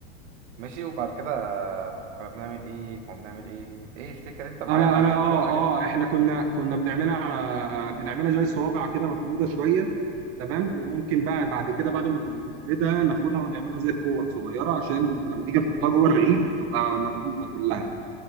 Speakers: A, on the right; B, on the right.
A: ماشي وبعد كده آه، كنا بنعمل ايه كنا بنعمل ايه ايه افتكر انت معايا
B: انا
A: انا افتكر
B: انا اه
A: كل حاجة
B: اه احنا كنا كنا بنعملها على بنعملها زي الصوابع كده مفروده شويه تمام وممكن بقى بعد كده بعد ما نفردها ناخدها ونعملها زي الكور صغيره عشان لما نيجي نحطها جوه الرغيف تبقى مفروده كلها